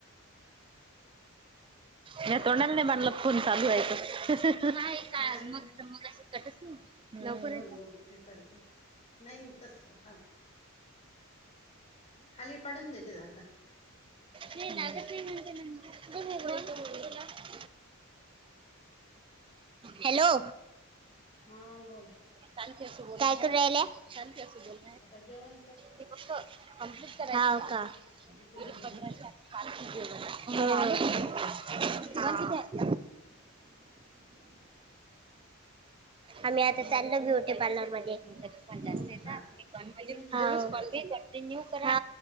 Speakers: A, on the right (about 25°); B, on the left (about 30°).
A: म्या तोंडाला नाही बांधलात फोन चालू आहे तर का
B: हा ना
A: मग मग असं कटच नाही
B: आता
A: लवकर
B: कोण
A: यायचं.
B: हो हे करते नाही तस हा खाली पाडून देते झाकण
A: नाही लागत
B: ह
A: <unintelligible> हॅलो.
B: हा बोल.
A: शांती असू बोल काय करू राहिल्या शांती असू बोल
B: आता जेवण करतो
A: ते फक्त हाव का.
B: भूक लागली
A: <unintelligible>
B: हम्म हम्म
A: <unintelligible> आम्ही आता चालो ब्युटी पार्लर मध्ये
B: हो
A: जास्त येता.
B: का तुही चालली
A: <unintelligible> स्पर्ध
B: का
A: कंटिन्यू करा